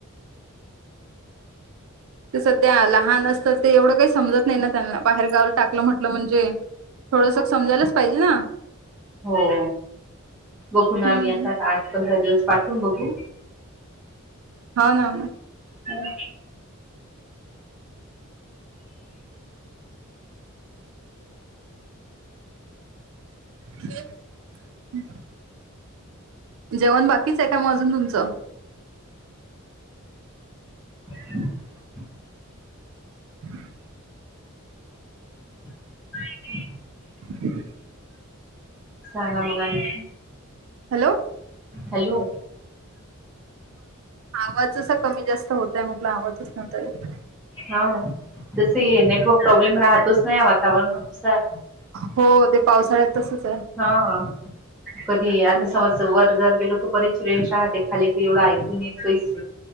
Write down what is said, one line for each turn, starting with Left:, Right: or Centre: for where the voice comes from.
Right: ते सध्या लहान असतं ते एवढं काही समजत नाही ना त्यांना बाहेर गावला टाकलं म्हटलं म्हणजे थोडस समजायलाच पाहिजे ना.
Centre: हो बघू ना
Right: हम्म
Centre: आम्ही आता आठ पंधरा दिवस पाठवून बघू?
Right: हो ना हो ना
Centre: हं
Right: <inaudible> जेवण बाकीच आहे का मग अजून तुमचं?
Centre: <inaudible>
Right: <inaudible>
Centre: <inaudible>
Right: <inaudible>
Centre: सांगा मग आणखी?
Right: हॅलो
Centre: हॅलो
Right: आवाज असा कमी जास्त होतय म्हटलं <unintelligible>
Centre: हो ना तसही नेटवर्क प्रॉब्लेम राहतोच नाही या वातावरणानुसार.
Right: हो ते पावसाळ्यात तसच
Centre: हां कधी
Right: आहे
Centre: आता समज वर जर गेलो तर <unintelligible> ते खाली एवढं ऐकून येत